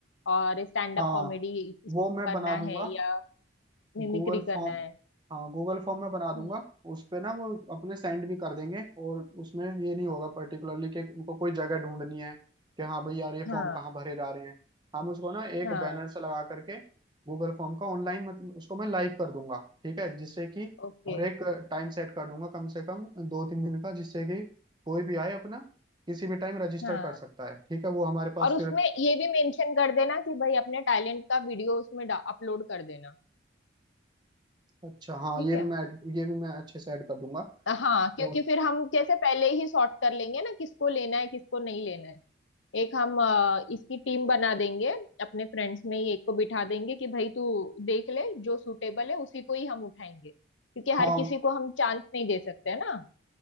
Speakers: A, on the left; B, on the right.
A: और स्टैंड
B: हाँ
A: अप कॉमेडी किसी
B: वो
A: को
B: मैं
A: करना
B: बना दूंगा
A: है या मिमिक्री
B: गूगल
A: करना
B: फॉर्म
A: है
B: हाँ गूगल फॉर्म में बना दूंगा
A: हम्म,
B: उस पे ना वो अपने सेंड भी कर देंगे और उसमें ये नहीं होगा पर्टिकुलरली कि उनको कोई जगह ढूंढनी है कि हाँ भाई यार ये
A: हाँ
B: फॉर्म कहाँ भरे जा रहे हैं हम उसको ना एक
A: हाँ
B: बैनर से लगा करके गूगल फॉर्म का ऑनलाइन मतलब उसको मैं लाइव कर दूंगा ठीक है जिससे कि
A: ओके
B: और एक टाइम सेट कर दूंगा कम से कम दो तीन दिन का जिससे कि कोई भी आए अपना किसी भी टाइम रजिस्टर
A: हाँ
B: कर सकता है ठीक है वो हमारे पास
A: और उसमें
B: फिर
A: ये भी मेंशन कर देना कि भाई अपने टैलेंट का वीडियो उसमें अपलोड कर देना
B: अच्छा हाँ
A: ठीक
B: ये
A: है
B: भी मैं add- ये भी मैं अच्छे से ऐड कर दूंगा
A: हाँ क्योंकि
B: और
A: फिर हम जैसे पहले ही सॉर्ट कर लेंगे ना किसको लेना है किसको नहीं लेना है एक हम अ, इसकी टीम बना देंगे अपने फ्रेंड्स में ही एक को बिठा देंगे कि भाई तू देख ले जो सूटेबल है उसी को ही हम उठाएंगे क्योंकि
B: हाँ
A: हर किसी को हम चांस नहीं दे सकते है ना